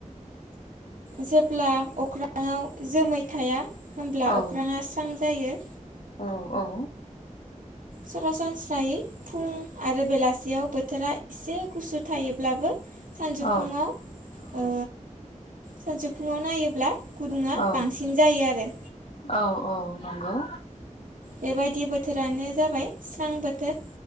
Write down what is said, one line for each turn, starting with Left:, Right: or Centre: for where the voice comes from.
Right: जेब्ला अख्राङाव जोमै थाया होनब्ला
Left: औ
Right: अख्राङा स्रां जायो।
Left: औ औ
Right: सरासनस्रायै फुं आरो बेलासियाव बोथोरा एसे गुसु थायोब्लाबो सानजौफुुंआव
Left: औ
Right: ओ सानजौफुुंआव नायोब्ला गुदुंङा
Left: औ
Right: बांसिन जायो आरो।
Left: औ औ नंगौ
Right: बेबायदि बोथोरानो जाबाय स्रां बोथोर